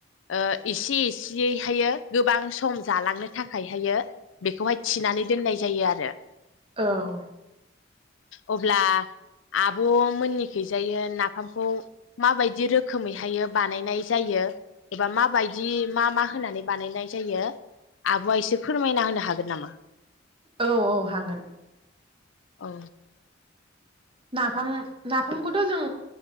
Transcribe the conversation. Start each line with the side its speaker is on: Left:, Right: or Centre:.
Left: ओ एसे एसेयैहायो गोबां सम जालांनो थाखायहायो बेखौहाय थिनानै दोननाय जायो आरो
Right: औ
Left: अब्ला आब' मोननिखैजायो नाफामखौ माबायदि रोखोमै हायो बा बानायनाय जायो एबा माबायदि मा मा होनानै बानायनाय जायो आब'आ एसे फोरमायना होनो हागोन नामा?
Right: औ औ हागोन
Left: औ
Right: नाफाम नाफामखौथ' जों